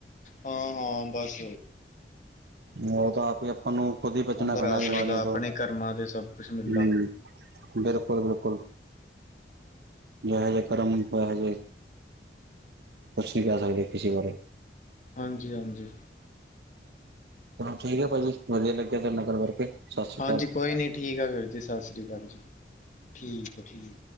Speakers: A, on the left; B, on the right.
A: ਹਾਂ, ਹਾਂ, ਬਸ।
B: ਓ ਤਾਂ ਆਪ ਹੀ ਆਪਾਂ ਨੂੰ ਖੁਦ ਹੀ ਬਚਣਾ
A: ਅੰਦਰ
B: ਪੈਣਾ
A: ਆ
B: ਬਿਮਾਰੀਆਂ
A: ਸਕਦਾ ਆਪਣੇ
B: ਤੋਂ।
A: ਕਰਮਾਂ ਦੇ ਸਭ ਕੁਛ ਮਿਲਦਾ
B: ਹਂ। ਬਿਲਕੁਲ-ਬਿਲਕੁਲ। ਜੇਹੇ ਜੇ ਕਰਮ, ਤਹਿ ਜੇ ਕੁਛ ਨ੍ਹੀਂ ਕੈਅ ਸਕਦੇ, ਕਿਸੇ ਬਾਰੇ।
A: ਹਾਂਜੀ, ਹਾਂਜੀ।
B: ਚਲੋ ਠੀਕ ਐ ਭਾਜੀ, ਵਧੀਆ ਲੱਗਿਆ ਤਾਡੇ ਨਾਂ ਗੱਲ ਕਰਕੇ। ਸਤਿ ਸ਼੍ਰੀ
A: ਹਾਂਜੀ,
B: ਅਕਾਲ
A: ਕੋਈ ਨ੍ਹੀਂ ਠੀਕ ਆ ਫਿਰ ਜੀ ਸਸ ਸ਼੍ਰੀ ਅਕਾਲ ਜੀ। ਠੀਕ ਆ, ਠੀਕ।